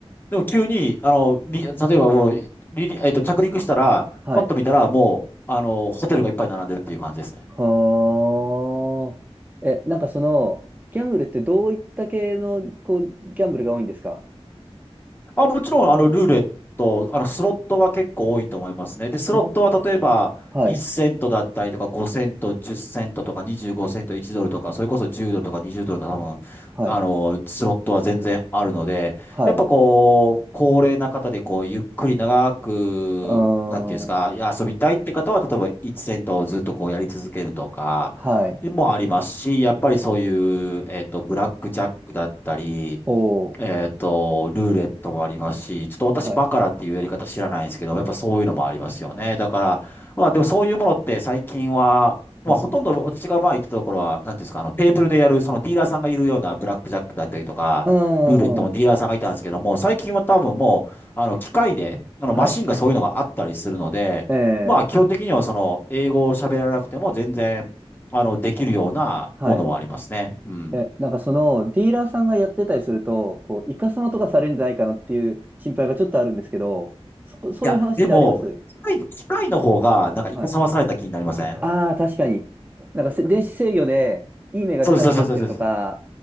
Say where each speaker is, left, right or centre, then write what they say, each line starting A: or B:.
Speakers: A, on the left; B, on the right.
A: でも急に、あの、み、例えばもう、リリ、えっと、着陸したら、
B: はい。
A: パッと見たらもう、あの、ホテルがいっぱい並んでるっていう感じですね。
B: はあ。え、なんかその、ギャンブルってどういった系の、こう、ギャンブルが多いんですか
A: まあ、もちろん、
B: あ
A: あの、ルーレット、あの、スロットが結構多いと思いますね。で、
B: スロット、
A: スロットは例えば、
B: はい、
A: 1セントだったりとか、5セント、10セントとか、25セント、1ドルとか、それこそ10ドルとか20ドルの多分、
B: はい、
A: あの、スロットは全然あるので、
B: はい、
A: やっぱこう、高齢な方で、こう、ゆっくり長く、
B: あー、
A: なんていうんですか、いや遊びたいって方は、例えば1セントをずっとこうやり続けるとか、
B: はい、
A: もありますし、やっぱりそういう、えっと、ブラックジャックだったり、
B: おー、
A: えっと、ルーレットもありますし、ちょっと私バカラっていうやり方知らないんですけど、
B: はい、
A: やっぱそういうのもありますよね。だから、まあでもそういうものって最近は、まあほとんど私がまあ言ってたところは、
B: はい、
A: なんていうんですか、あのテーブルでやるそのディーラーさんがいるようなブラックジャックだったりとか、
B: あー、
A: ルーレットもディーラーさんがいたんですけども、最近は多分もう、あの機械で、あのマシンがそういうのがあったりするので、
B: はい。ええ
A: まあ基本的にはその英語を喋らなくても全然、あのできるようなものもありますね。
B: はい。
A: うん。
B: え、なんかそのディーラーさんがやってたりすると、こう、いかさまとかされるんじゃないかなっていう心配がちょっとあるんですけど、そこ、そういう話ってあります
A: いや、でも、機械、機械の方が、なんか、いかさまされた気になりません
B: はい。ああ、確かに。なんかせ電子制御でいい目が出なくなってるとか、
A: そうです、そうです、そうです。